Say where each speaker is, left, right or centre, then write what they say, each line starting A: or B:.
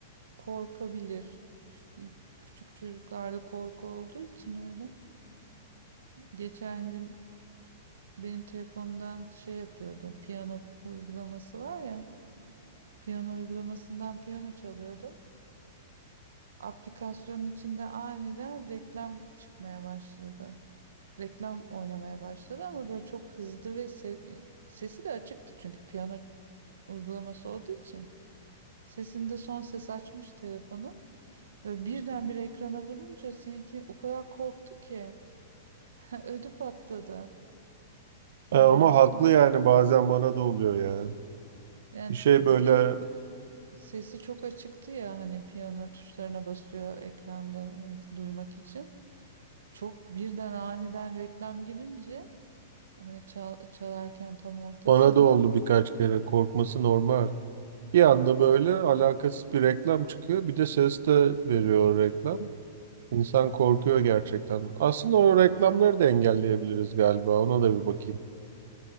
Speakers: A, on the right; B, on the right.
A: korkabilir. Küçük, küçük çocuklarda korku olduğu için öyle. Geçen gün benim telefonumdan şey yapıyordu. Piyano uygulaması var ya. Piyano uygulamasından piyano çalıyordu. Aplikasyonun içinde aniden reklam çıkmaya başladı. Reklam oynamaya başladı ama böyle çok hızlı ve se- sesi de açıktı çünkü piyano uygulaması olduğu için. Sesinde son ses açmış telefonu. Böyle birdenbire ekrana vurunca seninki o kadar korktu ki <laughs> ödü patladı. Ondan
B: E, ama
A: sonra
B: haklı yani bazen bana da oluyor ya.
A: yani
B: Bir şey
A: bir
B: böyle
A: de sesi çok açıktı ya hani piyano tuşlarına basıyor ekranda hani duymak için. Çok birden aniden reklam girince hani çal- çalarken tam ortasında
B: bana da oldu birkaç kere. Korkması normal. Bir anda böyle alakasız bir reklam çıkıyor. Bir de ses de veriyor o reklam. İnsan korkuyor gerçekten. Aslında o reklamları da engelleyebiliriz galiba. Ona da bir bakayım.